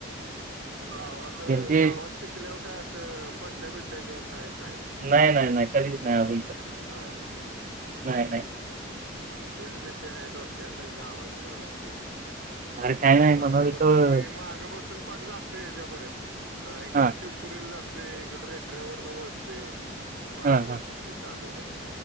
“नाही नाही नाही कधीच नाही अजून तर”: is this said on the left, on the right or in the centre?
Right